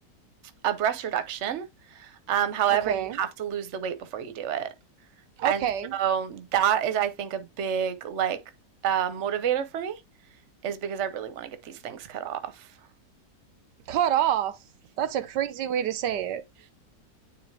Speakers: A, on the right; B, on the right.
A: a breast reduction. Um, however,
B: Okay.
A: you have to lose the weight before you do it. And
B: Okay.
A: so that is, I think, a big like uh, motivator for me. is because I really want to get these things cut off.
B: Cut off. That's a crazy way to say it.